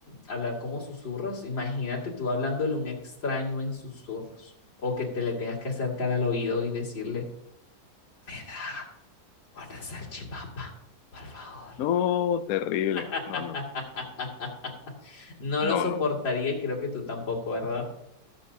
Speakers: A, on the left (about 85°); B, on the left (about 70°).
A: hablar como susurros, imagínate tú hablándole a un extraño en susurros, o que te le tengas que acercar al oído y decirle, me da una salchipapa, por favor.
B: No, terrible.
A: <laughs>
B: No, no,
A: No
B: no,
A: lo soportaría
B: no, no, no. no.
A: y creo que tú tampoco, ¿verdad?